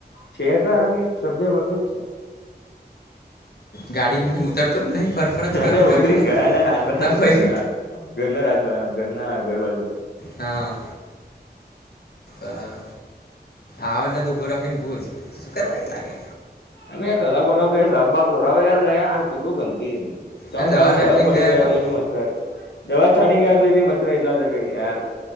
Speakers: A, on the left; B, on the left.
A: છે તારો કઈ, સભ્ય વબ્ય જ છે.
B: ગાડી ઉતરતો જ નહીં ફરફર જ કરે
A: રે
B: ગાડીને
A: ઉતરીને ગયાલા રાજબ
B: તો ભાઈ
A: ગના રાજ ગના રાજ. બ ઘના ઘર બાજુ.
B: હા આ આવે એટલે તુ ઉબ રાખીને પૂછ. શું કરવા એ લાગે
A: અ ભય તલ બોલો કે સાપબાપ કરાવો યાર ગયા આ કેલું ગંદકી. તમે
B: આ
A: કાલે
B: નાખીને
A: દવા છોડી ગયા,
B: ખબર
A: તો એ બી મચરા. દવા છાડી ગયા, તો એ બી મચછરા એટલા જ કે યાર.